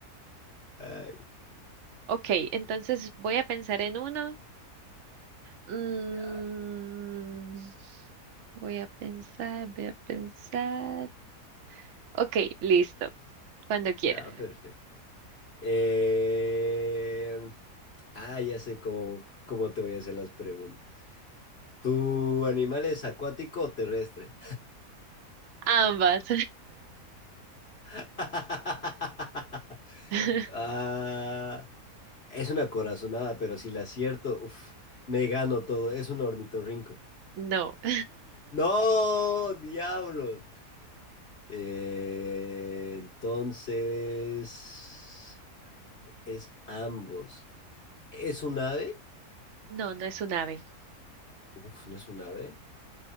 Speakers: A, on the left (about 40°); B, on the right (about 55°).
A: Ay,
B: Ok, entonces voy a pensar en uno. Mm,
A: ya,
B: voy a pensar, voy a pensar. Ok, listo. Cuando quiera.
A: ya, perfecto. Eh, ah, ya sé cómo, cómo te voy a hacer las preguntas. ¿Tu animal es acuático o terrestre?
B: Ambas.
A: <laughs>
B: <laughs>
A: Ah, Es una corazonada, pero si la acierto, uf, me gano todo. Es un ornitorrinco.
B: No. <laughs>
A: ¡No! ¡Diablos! Eh, entonces, es ambos. ¿Es un ave?
B: No, no es un ave.
A: Uf, no es un ave.